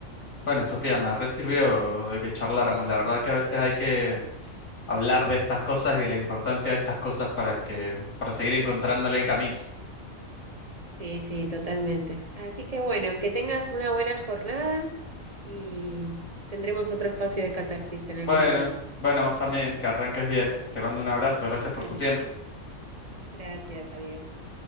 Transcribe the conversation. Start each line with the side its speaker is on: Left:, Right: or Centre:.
Left: Bueno, Sofía, me resirvió de que charláramos. La verdad que a veces hay que hablar de estas cosas y de la importancia de estas cosas para que, para seguir encontrándole el camino.
Right: Sí, sí, totalmente. Así que bueno, que tengas una buena jornada y tendremos otro espacio de catarsis en
Left: Bueno,
Right: algún momento.
Left: bueno, vos también,
Right: <laughs>
Left: que arranques bien. Te mando un abrazo, gracias por
Right: Dale,
Left: tu tiempo.
Right: gracias, adiós.